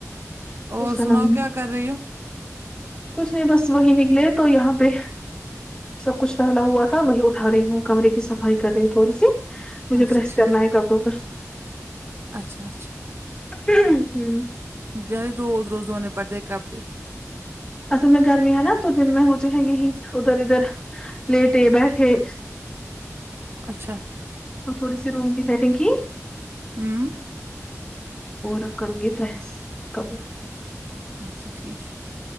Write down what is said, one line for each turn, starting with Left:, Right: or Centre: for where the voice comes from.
Right: اور
Left: اس کا
Right: سناؤ
Left: نام
Right: کیا کر رہی ہو
Left: کچھ نہیں بس وہی نکلے تو یہاں پہ سب کچھ پہلا ہوا تھا وہ ہی اٹھا رہی ہوں کمرے کی صفائی کر رہی ہوں تھوڑی سی مجھے
Right: اچھا
Left: پریس
Right: ٹھیک
Left: کرنا ہے کپڑوں پر
Right: اچھا اچھا
Left: ہوں
Right: بیار روز روز دھونے پڑھتے کپڑے
Left: اصل میں گرمی ہے نا تو دن میں ہو جو ہے یہی ادھر ادھر لیٹے بیٹھے
Right: اچھا
Left: اور تھوڑی سی روم کی سیٹنگ کی
Right: ہوں
Left: اور کروں گ یہ تو کبو
Right: اچھا ٹھیک ہے